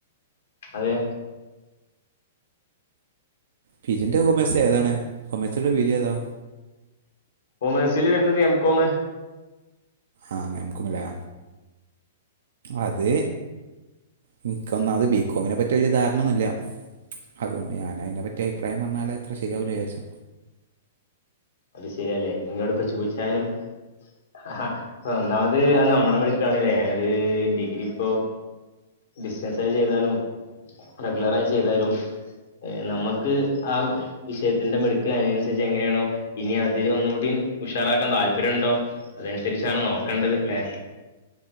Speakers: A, on the left; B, on the right.
A: അതെ.
B: പീ ജിൻ്റ കൊമേഴ്‌സ് ഏതാണ് കൊമേഴ്‌സല്ള്ള പീ ജി ഏതാ?
A: കൊമേഴ്സില് വരുന്നത് എം കോമ്.
B: ആഹ് അങ്ങ എം കോമിലാ അത് എനിക്കൊന്നാമത് ബികോമിനെ പറ്റി വല്യ ധാരണ ഒന്നുല്ല. അതുകൊണ്ട് ഞാനയിനെ പറ്റി അഭിപ്രായം പറഞ്ഞാല് അത്ര ശരിയാവൂല ചാരിച്ചു
A: അത് ശരിയാല്ലേ നിങ്ങളോടിപ്പോ ചോയ്ച്ചാലും ആഹ ഒന്നാമത് ആഹ് നമ്മളമിടുക്കാണേലേ അത് ഡിഗ്രി പ്പോ ഡിസ്റ്റൻസായി ചെയ്താലും റെഗുലറായി ചെയ്താലും ഏഹ് നമ്മക്ക് ആ വിഷയത്തിന്റെ മിടുക്ക് അയിനനുസരിച്ച് എങ്ങനെയാണോ ഇനി അതിനെ ഒന്നൂടി ഉഷാറാക്കാൻ താല്പര്യോണ്ടോ അതനുസരിച്ചാണ് നോക്കേണ്ടത് ല്ലെ?